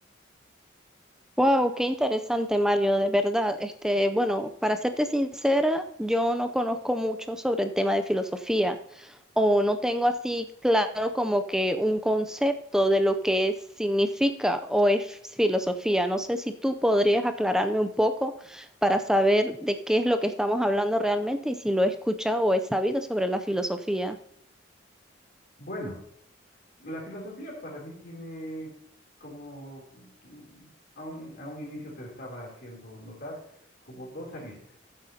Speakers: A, in the centre; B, on the left (about 50°).
A: Wow, qué interesante, Mario, de verdad. Este, bueno, para serte sincera, yo no conozco mucho sobre el tema de filosofía o no tengo así claro como que un concepto de lo que es- significa o es filosofía. No sé si tú podrías aclararme un poco para saber de qué es lo que estamos hablando realmente y si lo he escuchado o he sabido sobre la filosofía.
B: Bueno, la filosofía para mí tiene como, mm, a un, a un inicio te estaba haciendo notar, como dos aristas,